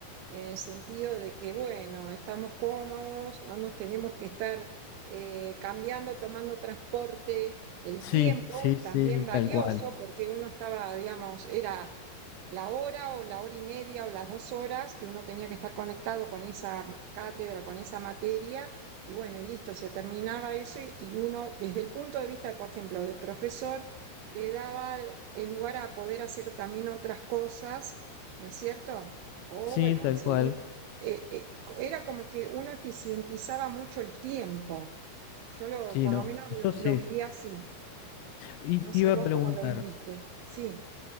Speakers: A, on the right; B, on the left.
A: en el sentido de que, bueno, estamos cómodos, no nos tenemos que estar eh, cambiando, tomando transporte, el
B: sí,
A: tiempo
B: sí, sí,
A: también valioso,
B: tal cual.
A: porque uno estaba, digamos, era la hora o la hora y media o las dos horas que uno tenía que estar conectado con esa cátedra o con esa materia, y bueno, y listo, se terminaba eso y, y uno, desde el punto de vista, por ejemplo, de profesor, te daba el lugar a poder hacer también otras cosas, ¿no es cierto? O
B: Sí,
A: bueno,
B: tal
A: seguir.
B: cual.
A: eh, eh, co- era como que uno eficientizaba mucho el tiempo. Yo lo,
B: Sí,
A: por
B: no,
A: lo menos
B: eso
A: lo,
B: sí.
A: lo viví así.
B: Y
A: No
B: te
A: sé
B: iba
A: vos
B: a preguntar,
A: cómo lo viviste. Sí,